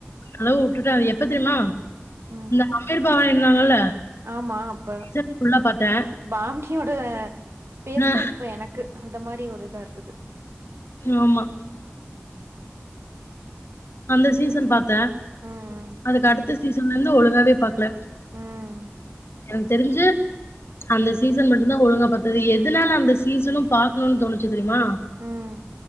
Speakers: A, on the left; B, on the right.
A: அதெல்லா உட்டுட்டே அது எப்ப தெரியுமா
B: ம்
A: இந்த அமிர் பாவ்னி இருந்தாங்கல்ல
B: ஆமா அப்ப
A: சீசன் ஃபுல்லா பாத்தேன்.
B: பாவ்னி வாணியோட பேசஸ்தா
A: ஆ
B: இப்ப எனக்கு அந்த மாரி ஒரு இதா இருக்குது
A: ஆமா அந்த சீசன் பாத்த
B: ம்
A: அதுக்கு அடுத்த சீசன்லருந்து ஒழுங்காவே பாக்கல
B: ம்
A: எனக்கு தெரிஞ்சு அந்த சீசன் மட்டுதா ஒழுங்கா பாத்த எதுனால அந்த சீசனு பாக்கணும்னு தோணுச்சு தெரியுமா
B: ம் ம்